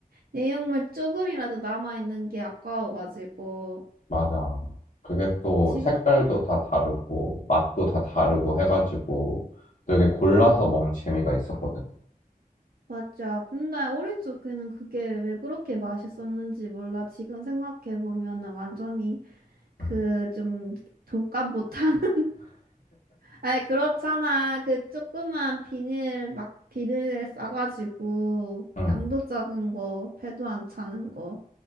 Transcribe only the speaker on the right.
내용물 조금이라도 남아있는 게 아까워가지고.
지금,
응,
응,
맞아. 근데 우리 쪽에는 그게 왜 그렇게 맛있었는지 몰라. 지금 생각해보면은 완전히 그
좀 돈값 못하는 <laughs> 아니 그렇잖아 그 조그만 비닐 막 비닐에 싸가지고
양도 작은 거 배도 안 차는 거